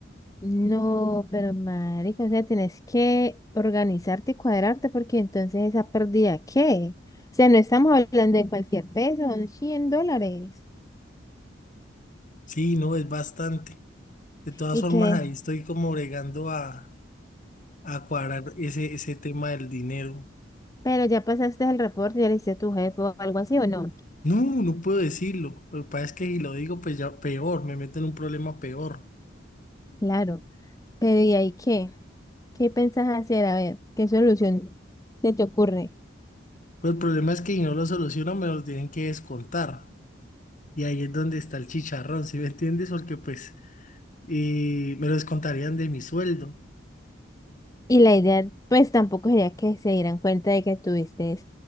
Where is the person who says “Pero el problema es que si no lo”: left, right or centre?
Left